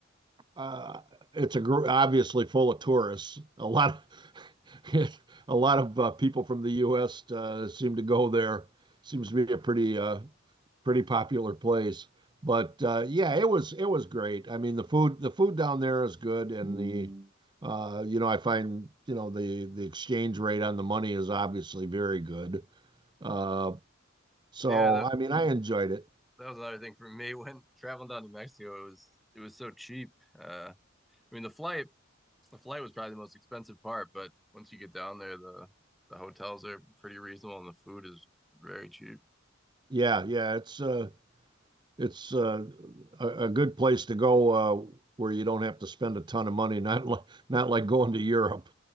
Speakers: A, on the right; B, in the centre.
A: uh, it's a gr- obviously full of tourists. A lot, of, <laughs> a lot of uh, people from the U.S. Uh, seem to go there. Seems to be a pretty uh, pretty popular place. But uh, yeah, it was it was great. I mean, the food the food down there is good, and the uh, you know I find you know the the exchange rate on the money is obviously very good. Uh, so
B: Yeah, that
A: I mean, I enjoyed it.
B: that was another thing for me <laughs> when traveling down to Mexico. It was it was so cheap. Uh, I mean, the flight the flight was probably the most expensive part, but once you get down there, the the hotels are pretty reasonable and the food is very cheap.
A: Yeah, yeah, it's uh it's uh a, a good place to go uh where you don't have to spend a ton of money, <laughs> not like not like going to Europe.